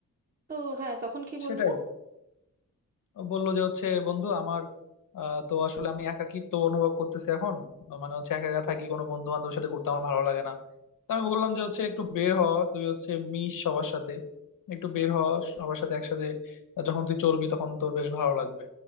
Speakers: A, on the right (about 30°); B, on the left (about 75°).
A: তো হ্যাঁ তখন কি
B: সেটাই
A: বললো
B: বললো যে হচ্ছে বন্ধু আমার আহ, তো আসলে আমি একাকিত্ব অনুভব করতেছি এখন মানে হচ্ছে একা একা থাকি কোনো বন্ধু বান্ধবের সাথে ঘুরতে আমার ভালো লাগে না তো আমি বললাম যে হচ্ছে একটু বের হ তুই হচ্ছে মিশ সবার সাথে একটু বের হ সবার সাথে একসাথে যখন তুই চলবি তখন তোর বেশ ভালো লাগবে